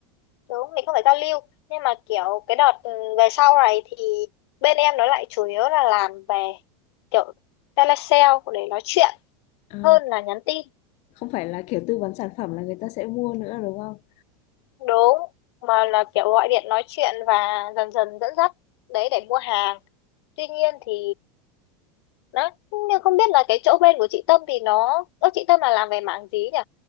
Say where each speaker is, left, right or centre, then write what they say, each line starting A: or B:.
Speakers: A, on the left (about 70°); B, on the left (about 50°).
A: đúng mình không phải giao lưu nhưng mà kiểu cái đợt ừ, về sau này thì bên em nó lại chủ yếu là làm về kiểu telesale để nói chuyện
B: à,
A: hơn là nhắn tin
B: không phải là kiểu tư vấn sản phẩm là người ta sẽ mua nữa đúng không
A: đúng mà là kiểu gọi điện nói chuyện và dần dần dẫn dắt đấy để mua hàng tuy nhiên thì đấy nhưng không biết là cái chỗ bên của chị Tâm thì nó ơ chị Tâm là làm về mảng gì nhỉ